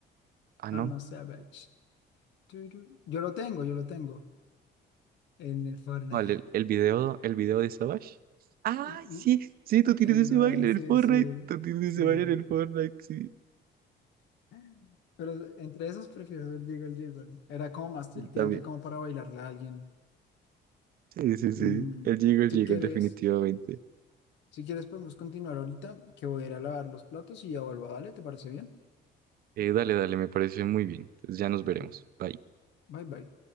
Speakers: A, on the right; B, on the left.
A: Ah, no.
B: I'm a Savage. Turu. Yo lo tengo, yo lo tengo en el Fortnite.
A: Vale, el, el video, el video de Savage. Ah,
B: En
A: sí, sí, tú tienes
B: el
A: ese
B: balance,
A: baile en el Fortnite.
B: sí, sí,
A: Tú tienes
B: sí,
A: ese
B: sí.
A: baile en el Fortnite, sí.
B: sí. Pero entre esos prefiero el Jiggle Jiggle. Era como más
A: Yo
B: tilteante,
A: También.
B: como para bailarle a alguien.
A: Sí, sí, sí.
B: Mm,
A: El Jiggle el
B: si
A: Jiggle,
B: quieres,
A: definitivamente.
B: si quieres podemos continuar ahorita, que voy a ir a lavar los platos y ya vuelvo. Dale, ¿te parece bien?
A: Eh, dale, dale, me parece muy bien. Entonces ya nos veremos.
B: Dale.
A: Bye.
B: Bye bye.